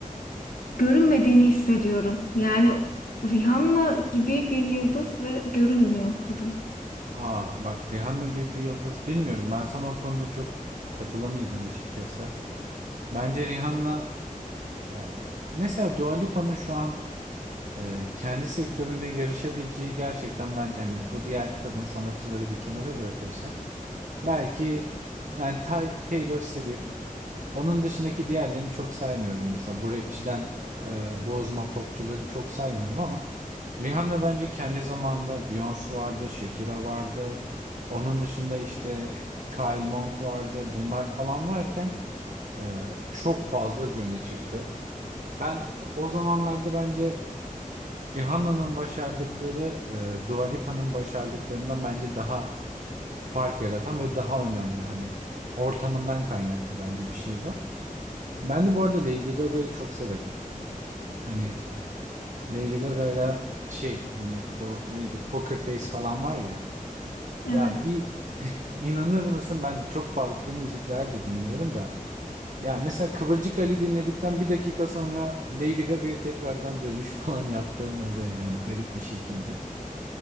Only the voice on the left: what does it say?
görülmediğini hissediyorum. Yani Rihanna gibi bir yıldız ve görülmüyor kadın.
Evet.